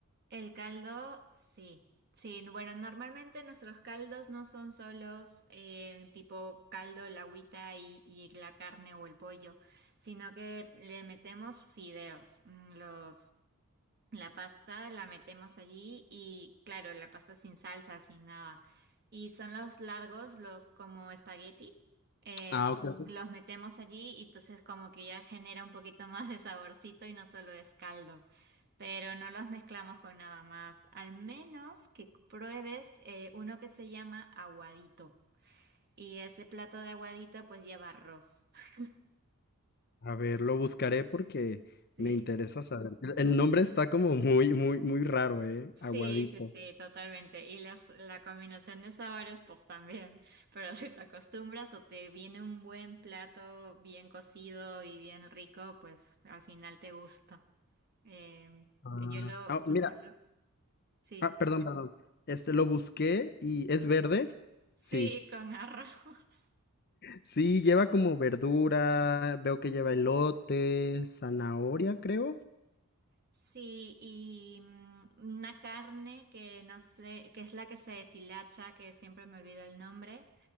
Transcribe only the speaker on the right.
El caldo, sí. Sí, bueno, normalmente nuestros caldos no son solos eh, tipo caldo, la agüita y, y la carne o el pollo, sino que le metemos fideos, mm, los La pasta la metemos allí y claro, la pasta sin salsa, sin nada. Y son los largos, los como espagueti. eh,
los metemos allí y entonces como que ya genera un poquito más de saborcito y no solo es caldo. Pero no los mezclamos con nada más. Al menos que pruebes eh, uno que se llama aguadito. Y ese plato de aguadito pues lleva arroz. <laughs>
Sí.
Sí,
sí, sí, totalmente. Y las, la combinación de sabores, pues también. <laughs> Pero si te acostumbras o te viene un buen plato bien cocido y bien rico, pues al final te gusta. Em,
yo lo,
yo
solo, sí,
sí,
con <laughs> arroz.
Sí, y mm, una carne que no sé, que es la que se deshilacha, que siempre me olvido el nombre.